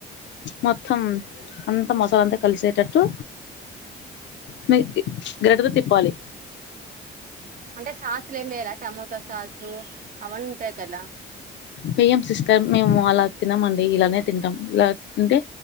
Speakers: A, on the left; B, on the right.
A: మొత్తం అంతా మసాల అంతా కలిసేటట్టు మీ గరిట తో తిప్పాలి
B: అంటే సాస్లుమేయలా టమోటో సాస్ అవన్నీ ఉంటాయి కదా
A: వేయ్యం సిస్టర్ మేము అలా తినమ అండి ఇలానే తింటాం ఇలా తింటే